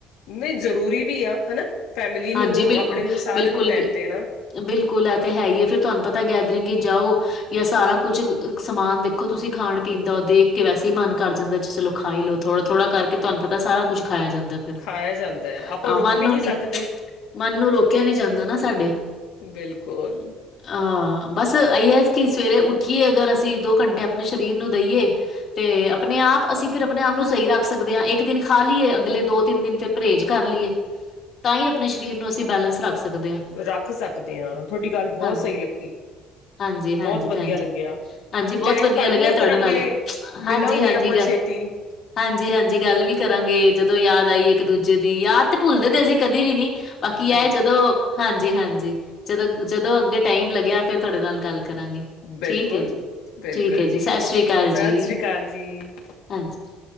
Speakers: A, on the left; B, on the left.
A: ਨਹੀਂ ਜ਼ਰੂਰੀ ਵੀ ਆ ਹਨਾ, ਫੈਮਿਲੀ
B: ਹਾਂਜੀ
A: ਨੂੰ,
B: ਬਿਲ
A: ਆਪਣੇ ਨੂੰ, ਸਾਰੇ
B: ਬਿਲਕੁਲ
A: ਨੂੰ ਟਾਈਮ
B: ਬਿਲ
A: ਦੇਣਾ
B: ਬਿਲਕੁਲ ਆ ਤੇ ਹੈ ਹੀ ਏ ਫੇਰ ਤੁਹਾਨੂੰ ਪਤਾ ਗੈਦਰਿੰਗ ਹੀ ਜਾਓ ਜਾਂ ਸਾਰਾ ਕੁੱਝ ਸਮਾਨ ਦੇਖੋ ਤੁਸੀਂ ਖਾਣ ਪੀਣ ਦਾ ਦੇਖ ਕੇ ਵੈਸੇ ਹੀ ਮਨ ਕਰ ਜਾਂਦਾ ਜੀ ਚਲੋ ਖਾਈ ਲਓ ਥੋੜਾ -ਥੋੜਾ ਕਰਕੇ ਤੁਹਾਨੂੰ ਪਤਾ ਸਾਰਾ ਕੁੱਝ ਖਾਇਆ ਜਾਂਦਾ ਫਿਰ
A: ਖਾਇਆ ਜਾਂਦਾ ਹੈ ਆਪਾਂ
B: ਆਹ,
A: ਰੁਕ
B: ਮੰਨੋ
A: ਵੀ ਨਹੀਂ
B: ਨੀ
A: ਸਕਦੇ
B: ਮਨ ਨੂੰ ਰੋਕਿਆ ਨਹੀਂ ਜਾਂਦਾ ਨਾ ਸਾਡੇ
A: ਬਿਲਕੁਲ
B: ਹਾਂ ਬਸ ਇਹੀ ਹੈ ਕਿ ਸਵੇਰੇ ਉੱਠੀਏ ਅਗਰ ਅਸੀਂ ਦੋ ਘੰਟੇ ਆਪਣੇ ਸਰੀਰ ਨੂੰ ਦੇਈਏ ਤੇ ਆਪਣੇ ਆਪ ਅਸੀਂ ਫਿਰ ਆਪਣੇ ਆਪ ਨੂੰ ਸਹੀ ਰੱਖ ਸਕਦੇ ਹਾਂ ਇੱਕ ਦਿਨ ਖਾ ਲਈਏ ਅਗਲੇ ਦੋ -ਤਿੰਨ ਦਿਨ ਫਿਰ ਪਰਹੇਜ਼ ਕਰ ਲਈਏ, ਤਾਂ ਹੀ ਆਪਣੇ ਸਰੀਰ ਨੂੰ ਅਸੀਂ ਬੈਲੈਂਸ ਰੱਖ ਸਕਦੇ ਹਾਂ।
A: ਰੱਖ ਸਕਦੇ ਹਾਂ ਤੁਹਾਡੀ ਗੱਲ ਬਹੁਤ
B: ਹਾਂ
A: ਸਹੀ ਲੱਗੀ।
B: ਹਾਂਜੀ, ਹਾਂਜੀ
A: ਬਹੁਤ ਵਧੀਆ
B: ਭੈਣ ਜੀ।
A: ਲੱਗਿਆ,
B: ਹਾਂਜੀ, ਬਹੁਤ
A: ਟਾਈਮ
B: ਵਧੀਆ
A: ਕੱਢ
B: ਲੱਗਿਆ
A: ਲਿਆ
B: ਤੁਹਾਡੇ
A: ਕਰਾਂਗੇ,
B: ਨਾਲ ਹਾਂਜੀ,
A: ਮਿਲਾਂਗੇ
B: ਹਾਂਜੀ
A: ਆਪਾਂ ਛੇਤੀ
B: ਗ
A: ਤੇ
B: ਹਾਂਜੀ, ਹਾਂਜੀ ਗੱਲ ਵੀ ਕਰਾਂਗੇ ਜਦੋਂ ਯਾਦ ਆਈ ਇੱਕ ਦੂਜੇ ਦੀ, ਯਾਦ ਤੇ ਭੁੱਲਦੇ ਤੇ ਅਸੀਂ ਕਦੇ ਵੀ ਨੀ ਬਾਕੀ
A: ਨਹੀਂ
B: ਆਏ ਜਦੋਂ ਹਾਂਜੀ, ਹਾਂਜੀ ਜਦੋਂ -ਜਦੋਂ ਅੱਗੇ ਟਾਈਮ ਲੱਗਿਆ ਫਿਰ ਤੁਹਾਡੇ ਨਾਲ ਗੱਲ ਕਰਾਂਗੇ।
A: ਬਿਲਕੁਲ
B: ਠੀਕ ਹੈ ਜੀ,
A: ਬਿਲਕੁਲ
B: ਠੀਕ ਹੈ ਜੀ ਸਤਿ ਸ੍ਰੀ ਅਕਾਲ
A: ਸਤਿ
B: ਜੀ
A: ਸ੍ਰੀ ਅਕਾਲ ਜੀ
B: ਹਾਂਜੀ।